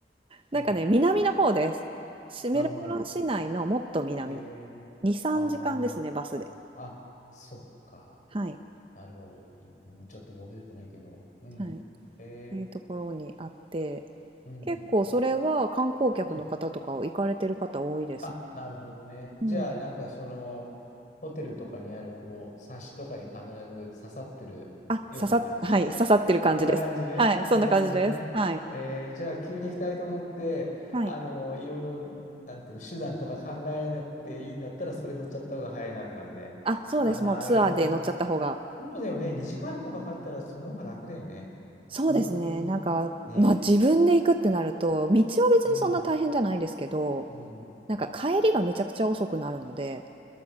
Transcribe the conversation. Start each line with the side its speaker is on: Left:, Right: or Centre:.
Right: なんかね、
Left: うん。
Right: 南の方です。シメルボルン市内のもっと南。
Left: なるほど。えーあ、
Right: 2、3時間ですね、
Left: なるほど。
Right: バスで。
Left: あ、そっか。
Right: はい。
Left: なるほど。い <laughs> ちょっと覚えてないけど。うん。
Right: はい。っ
Left: へえ
Right: ていうところにあって、
Left: ー、うん。
Right: 結構それは観光客の方とかを行かれてる方多いですね。
Left: うん。あ、なるほどね。じゃあ、
Right: うん。
Left: なんかその、ホテルとかにある、こう、サッシとかに必ず刺さってるような感じ
Right: あ、刺さっ、はい、刺さってる感じですね。
Left: こんな感じね。
Right: はい、
Left: うん、
Right: そんな感じです。
Left: なるほどね。
Right: はい。
Left: えーじゃあ、急に行きたいと思って、
Right: はい。
Left: あの、いろいろ、なんていうの、手段とか考えなくていいんだったら、それ乗っちゃった方が早いなって感じね。
Right: あ、そうです。
Left: あ、なるほどね。
Right: もうツアーで乗っちゃった方が。
Left: そうだよね。2時間もかかったら、その方が楽だよね。
Right: そうですね。
Left: うーん。
Right: なんか、
Left: ね。
Right: まあ自分で行くってなると、道は別にそんな大変じゃないですけど、
Left: うん。うん。
Right: なんか帰りがめちゃくちゃ遅くなるので、